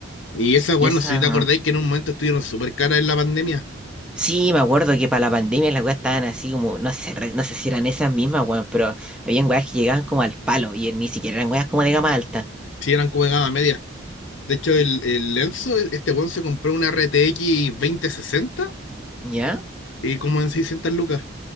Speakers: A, on the left; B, in the centre.
A: Y esas, bueno,
B: Y esa...
A: si te acordáis que en un momento estuvieron súper caras en la pandemia.
B: Sí, me acuerdo que para la pandemia las weas estaban así como, no sé, re- no sé si eran esas mismas weas, pero habían weas que llegaban como al palo y ni siquiera eran weas como de gama alta.
A: Si eran como de gama media. De hecho, el, el Enzo, e, este weón se compró una RTX sesenta
B: ¿Ya?
A: y como en 600 lucas.